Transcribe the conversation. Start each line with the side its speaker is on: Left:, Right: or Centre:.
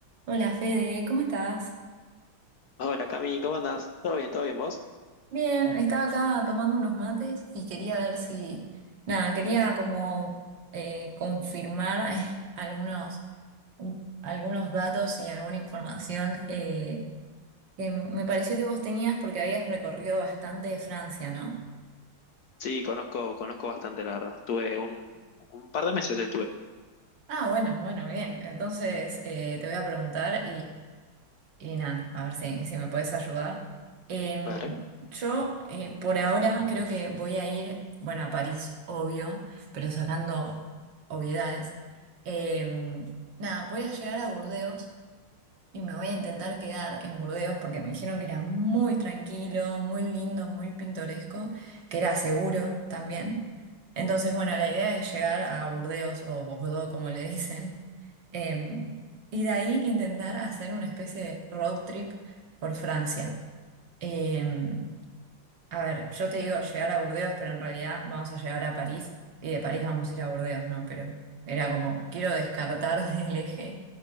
Right: Hola Fede, ¿cómo estás?
Left: Hola Cami, ¿cómo andás? ¿Todo bien, todo bien vos?
Right: Bien, estaba acá tomando unos mates y quería ver si, nada, quería como eh, confirmar eh, algunos, un- algunos datos y alguna información eh, que me pareció que vos tenías porque habías recorrido bastante Francia, ¿no?
Left: Sí, conozco, conozco bastante, la verdad. Tuve un, un par de meses estuve.
Right: Ah, bueno, bueno, bien. Entonces eh, te voy a preguntar Y nada, a ver si, si me puedes ayudar. Em,
Left: Vale.
Right: yo eh, por ahora creo que voy a ir, bueno, a París, obvio, pero sacando obviedades. Em, nada, voy a llegar a Burdeos y me voy a intentar quedar en Burdeos porque me dijeron que era muy tranquilo, muy lindo, muy pintoresco, que era seguro también. Entonces, bueno, la idea es llegar a Burdeos o Bordeaux, como le dicen, em, y de ahí intentar hacer una especie de road trip por Francia. Em, a ver, yo te digo llegar a Burdeos, pero en realidad vamos a llegar a París y de París vamos a ir a Burdeos, ¿no? Pero era como, quiero descartar <laughs> del eje